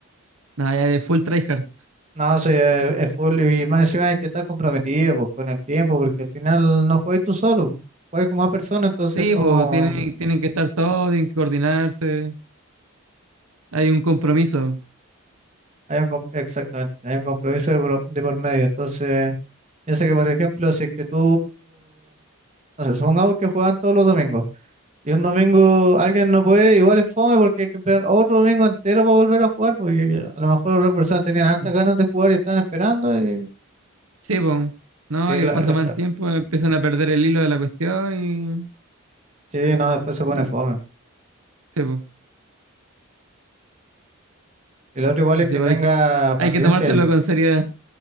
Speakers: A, on the right; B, on the right.
A: No, ya es full tryhard.
B: No, sí, es, es full. Y más encima hay que estar comprometido po, con el tiempo, porque al final no juegas tú solo, juegas con más personas, entonces
A: Sí,
B: como
A: pues tienen, tienen que estar todos, tienen que coordinarse, hay un compromiso.
B: hay un, com- exactamente, hay un compromiso de por, de por medio. Entonces, yo sé que por ejemplo, si es que tú, no sé, supongamos que juegan todos los domingos y un domingo alguien no puede, igual es fome porque hay que esperar otro domingo entero para volver a jugar, porque a lo mejor otras personas tenían hartas
A: Ujú.
B: ganas de jugar y están esperando y,
A: Sí, pues. No,
B: y
A: y
B: lo-
A: pasa
B: y lo-
A: mal tiempo, empiezan a perder el hilo de la cuestión y,
B: sí, no, después se pone
A: y-
B: fome.
A: sí, pues.
B: El otro igual
A: Entonces
B: es que
A: igual
B: tenga
A: hay que,
B: paciencia,
A: hay que tomárselo
B: el,
A: con seriedad.